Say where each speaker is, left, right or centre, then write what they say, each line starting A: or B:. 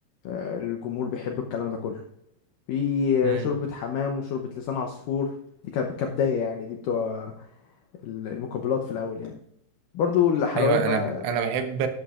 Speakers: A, on the left; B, on the right.
A: آه، الجمهور بيحب الكلام ده كله في
B: مم.
A: شوربة حمام وشوربة لسان عصفور دي كب- كبداية يعني دي بتوع ال- المقبلات في الأول يعني برضو الحلويات
B: أيوة
A: بقى
B: أنا أنا بحب